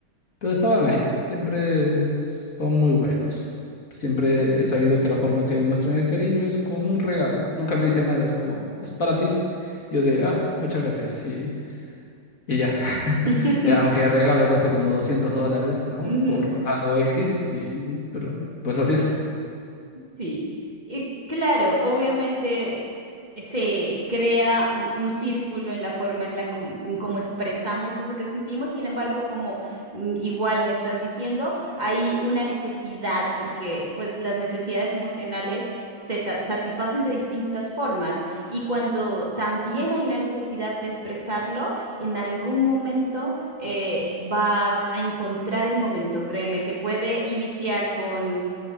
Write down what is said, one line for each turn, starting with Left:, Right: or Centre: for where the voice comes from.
Left: pero estaban ahí. Siempre son muy buenos. Siempre he sabido que la forma que demuestran el cariño es con un regalo. Nunca me dicen nada, es como, es para ti. Yo digo, ah, muchas gracias, y, y ya. <laughs>
Right: <laughs>
Left: Eh, Aunque el regalo cueste como 200 dólares, ¿no?
Right: Ujú.
Left: Por algo X, y, pero pues así es.
Right: Sí, y claro, obviamente eh, se crea un, un círculo en la forma en la com- en cómo expresamos eso que sentimos, sin embargo, como mm, igual me estás diciendo, hay una necesidad, porque pues las necesidades emocionales se ta- satisfacen de distintas formas y cuando también hay una necesidad de expresarlo, en algún momento eh, vas a encontrar el momento, créeme, que puede iniciar con